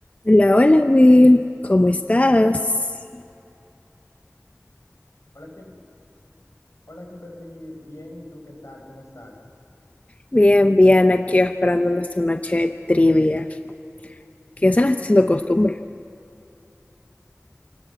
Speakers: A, on the left; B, on the left.
A: Hola, hola Will, ¿cómo estás?
B: Hola, Kim- Hola Kimberly, bien, ¿y tú qué tal? ¿Cómo estás?
A: Bien, bien, aquí esperando nuestra noche de trivia, que ya se nos está haciendo costumbre.